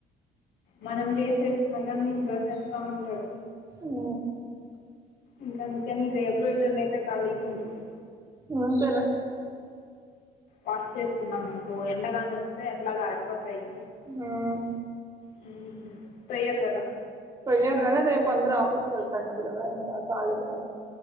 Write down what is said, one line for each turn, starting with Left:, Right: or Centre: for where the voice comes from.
Left: మనం చేసేసిన కానీ నీకు దోసేస్తా ఉంటారు
Right: ఉ
Left: ఇంకా అందుకని రేపు ఇల్లుండియితే ఖాళీగా ఉంటుంది
Right: ఉంటలే
Left: వాష్ చేస్తున్నాం అనుకో ఎండగానే వస్తే ఎట్లాగా ఆరిపోతుంది
Right: ఉమ్,
Left: పై తోయ్యారు కదా
Right: తోయ్యరు కానీ రేపు అందరూ ఆఫీస్ కి వెళ్తారు కద ఇంకా ఖాళీగా